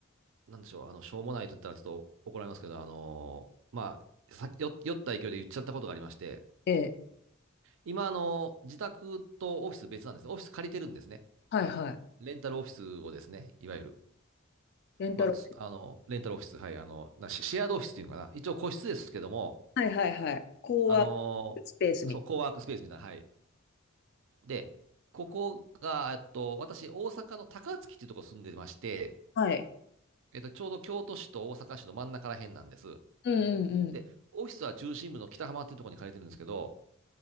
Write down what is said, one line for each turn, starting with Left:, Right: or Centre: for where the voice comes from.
Right: なんでしょう、あの、しょうもないと言ったらちょっと怒られますけど、あのーまあ、さ、酔、酔った勢いで言っちゃったことがありまして、
Left: い、ええ、
Right: 今、あの、自宅とオフィス別なんですね。オフィス借りてるんですね。
Left: はい、はい。
Right: レンタルオフィスをですね、いわゆる。
Left: レンタル、
Right: まあ、すあの、レンタルオフィス、はい、あの、なシシェアードオフィスっていうのかな。一応個室ですけども、
Left: はい、はい、はい。こう
Right: あのーそう、
Left: スペースみたい
Right: コワークスペースみたいな、はい。で、ここが、えっと、私、大阪の高槻っていうところ住んでまして、
Left: な。はい。
Right: えっと、ちょうど京都市と大阪市の真ん中ら辺なんです。
Left: うんうんうん。
Right: で、オフィスは中心部の北浜っていうところに借りてるんですけど、